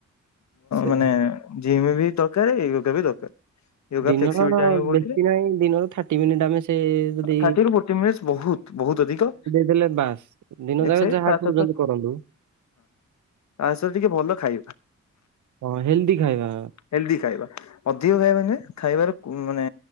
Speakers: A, on the right; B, on the left.
A: ସେ
B: ମାନେ ଜିମ ବି ଦରକାର ୟୋଗା ବି ଦରକାର। ୟୋଗା
A: ଦିନର
B: ଫ୍ଲେକ୍ସିବିଲିଟି ଆଣିବ ବୋଡିରେ
A: ବେଶୀ ନାହିଁ ଦିନର ଥାର୍ଟି ମିନିଟ୍ ଆମେ ସେ ଯଦି
B: ଥାର୍ଟି ରୁ ଫୋର୍ଟୀ ମିନିଟଶ୍ ବହୁତ୍ ବହୁତ ଅଧିକ।
A: ହେଲେ ବାସ୍ ଦିନ
B: ଏକସାଇଜ
A: ଯାକ ଯାହା
B: ତା
A: କରୁଛନ୍ତି
B: ସହିତ
A: କରନ୍ତୁ
B: ତା ସହ ଟିକେ ଭଲ ଖାଇବା।
A: ହଁ ହେଲ୍ଦି ଖାଇବା
B: ହେଲଦି ଖାଇବା ଅଧିକ ଖାଇବା ନୁହେଁ ଖାଇବାର ମାନେ